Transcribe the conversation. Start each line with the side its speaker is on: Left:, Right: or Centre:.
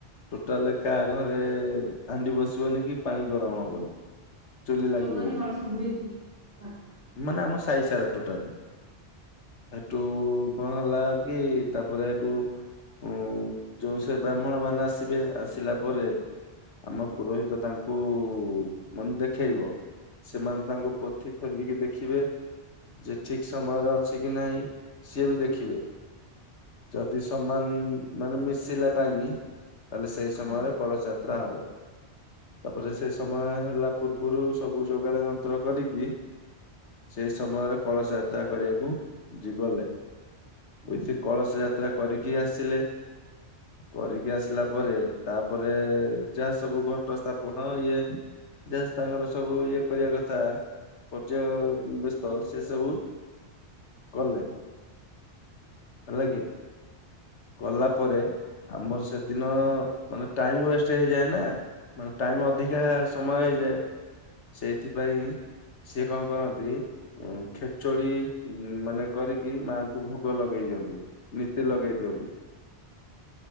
Left: ଟୋଟାଲେ କା ଘରେ ହାଣ୍ଡି ବସିବନି କି ପାଣି ଗରମ ହବନି। ଚୁଲି ଲାଗିବନି
Right: ଯୋଉମାନେ କଳସ ବୁଡେଇଥିବେ ହଁ
Left: ମାନେ ଆମ ସାଇସାରା ଟୋଟାଲ। ହେଠୁ କଣ ହେଲାକି ତାପରେ ଏଠୁ। ଉଁ ଯୋଉ ସେ ବ୍ରାହ୍ମଣମାନେ ଆସିବେ ଆସିଲା ପରେ। ଆମ ପୁରୋହିତ ତାଙ୍କୁ। ମାନେ ଦେଖେଇବ ସେମାନେ ତାଙ୍କ ପୋଥି ଖୋଲିକି ଦେଖିବେ ଯେ ଠିକ୍। ସମୟରେ ଅଛି କି ନାହିଁ ସିଏ ବି ଦେଖିବେ ଯ ଯଦି ସମାନ ମାନେ ମିଶିଲା ଟାଇମ ତାହଲେ ସେଇ ସମୟରେ
Right: ହଁ
Left: କଳସ ଯାତ୍ରା ହବ। ତାପରେ ସେ ସମୟ ହେଲା ପୂର୍ବରୁ ସବୁ ଯୋଗାଡ ଯନ୍ତ୍ର କରିକି। ସେଇ ସମୟରେ କଳସ ଯା ତ୍ରା କରିବାକୁ ଯି ଗଲେ ଏଠି କଳସ ଯାତ୍ରା କରିକି ଆସିଲେ। କରିକି ଆସିଲା ପରେ। ତାପରେ ଯାହା ସବୁ ଘଟ ସ୍ଥାପନ ଇଏ। ଯାହା ତାଙ୍କର ସବୁ ଇଏ କରିବା କଥା ପର୍ଯ୍ୟୟ ବେସ୍ତ ସେ ସବୁ। କଲେ ହେଲା କିି। କଲା ପରେ ଆମର ସେଦିନ ମାନେ ଟାଇମ ୱେଷ୍ଟ ହେଇଯାଏ ନା। ମାନେ ଟାଇମ ଅଧିକା ସମୟ ହେଇଯାଏ। ସେଇଥିପାଇଁ ସିଏ କଣ କରନ୍ତି ଉଁ ଖେ ଚୁଡି ମାନେ କରିକି ମାଆଙ୍କୁ ଭୋଗ ଲଗେଇ ଦିଅନ୍ତି ନୀତି ଲଗେଇ ଦିଅନ୍ତି।